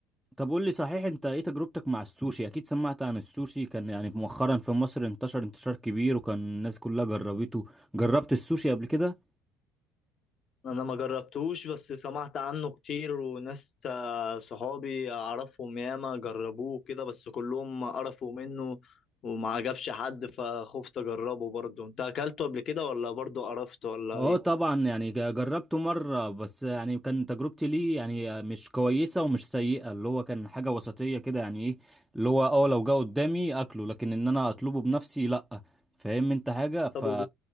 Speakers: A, in the centre; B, on the left (about 45°).
A: طب قول لي صحيح انت ايه تجربتك مع السوشي اكيد سمعت عن السوشي كان يعني مؤخرا في مصر انتشر انتشار كبير وكان الناس كلها جربته جربت السوشي قبل كده
B: انا ما جربتوش بس سمعت عنه كتير وناس آه، صحابي اعرفهم ياما جربوه كده بس كلهم قرفوا منه وما عجبش حد فخفت اجربه برضه انت اكلته قبل كده ولا برضه قرفت ولا
A: اه
B: ايه
A: طبعا يعني ج- جربته مرة بس يعني كان تجربتي ليه يعني مش كويسة ومش سيئة اللي هو كان حاجة وسطية كده يعني ايه اللي هو اه لو جه قدامي اكله لكن ان انا اطلبه بنفسي لأ فاهم انت حاجة ف
B: طب وبت...